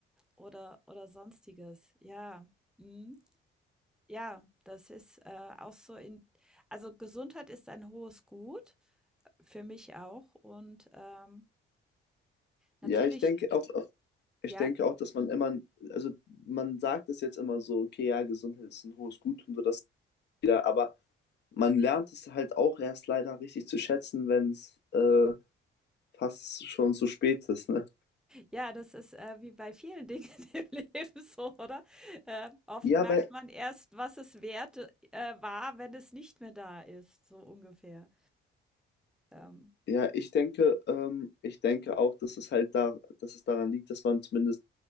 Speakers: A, in the centre; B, on the left.
A: Oder oder Sonstiges. Ja. Mhm. Ja, das ist, äh, auch so in also, Gesundheit ist ein hohes Gut, für mich auch und, ähm, natürlich
B: Ja, ich denke auch, ich
A: ja?
B: denke auch, dass man immer, also man sagt es jetzt immer so, okay, ja, Gesundheit ist ein hohes Gut und so das wieder, aber man lernt es halt auch erst leider richtig zu schätzen, wenn es äh, fast schon zu spät ist, ne?
A: Ja, das ist, äh, wie bei vielen Dingen <laughs> im Leben so, oder? Äh, oft
B: Ja,
A: merkt
B: weil
A: man erst, was es wert, äh, war, wenn es nicht mehr da ist, so ungefähr. Ähm,
B: Ja, ich denke, ähm, ich denke auch, dass es halt da, dass es daran liegt, dass man zumindest,